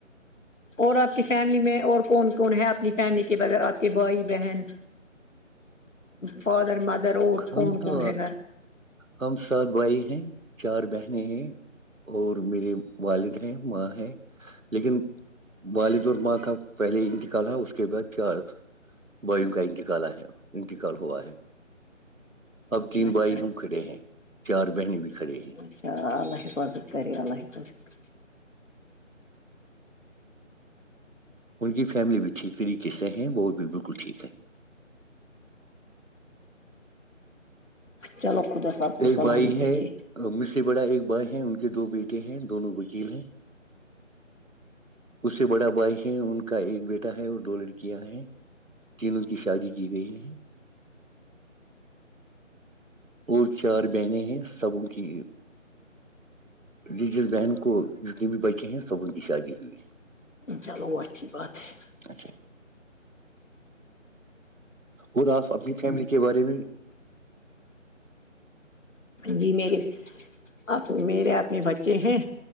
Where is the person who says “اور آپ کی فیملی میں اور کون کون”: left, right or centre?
Left